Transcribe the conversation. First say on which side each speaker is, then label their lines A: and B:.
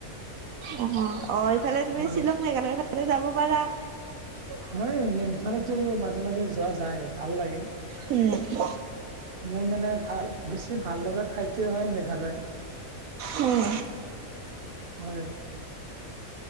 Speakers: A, on the right (about 75°); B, on the right (about 45°).
A: অ অ এইফালে তুমি
B: হয়
A: শ্বিলং মেঘালয়ৰ ফালে যাব পাৰা।
B: হয় এনেই সেইফালেতো মাজে মাজে যোৱা যায় ভাল লাগে।
A: উম
B: মোৰ মানে ভাল বেছি ভাল লগা ঠাই টোৱে হয় মেঘালয়।
A: উম,
B: হয়।